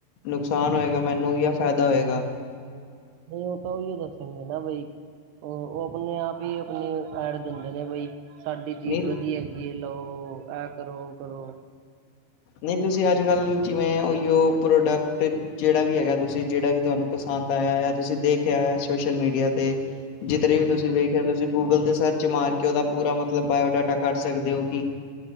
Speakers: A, on the left; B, on the right.
A: ਨੁਕਸਾਨ ਹੋਏਗਾ ਮੈਨੂੰ ਜਾਂ ਫ਼ਾਇਦਾ ਹੋਏਗਾ।
B: ਨਈ ਉਹ ਤਾਂ ਉਈਓ ਦੱਸਣਗੇ ਨਾ ਬਈ ਉਹ ਉਹ ਆਪਣੇ ਆਪ ਈ ਅਪਣੇ ਐਡ ਦਿੰਦੇ ਨੇ ਬਈ ਸਾਡੀ ਚੀਜ਼
A: ਨਹੀਂ
B: ਵਧੀਆ ਹੈਗੀ ਏ ਲਓ। ਇਹ ਕਰੋ, ਉਹ ਕਰੋ।
A: ਨਈ ਤੁਸੀਂ ਅੱਜ ਕੱਲ੍ਹ ਜਿਵੇਂ ਉਈਓ ਪ੍ਰੋਡਕਟ ਜੇੜਾ ਵੀ ਹੈਗਾ ਤੁਸੀਂ ਜੇੜਾ ਵੀ ਤੁਆਨੂੰ ਪਸੰਦ ਆਇਆ। ਤੁਸੀਂ ਦੇਖਿਆ ਸੋਸ਼ਲ ਮੀਡੀਆ ਤੇ ਜਿੱਧਰੇ
B: ਹਾਂਜੀ
A: ਵੀ ਤੁਸੀਂ ਵੇਖਿਆ ਤੁਸੀਂ ਗੂਗਲ ਤੇ ਸਰਚ ਮਾਰ ਕੇ ਉਦਾ ਪੂਰਾ ਮਤਲਬ ਬਾਇਓਡਾਟਾ ਕੱਢ ਸਕਦੇ ਓ ਕਿ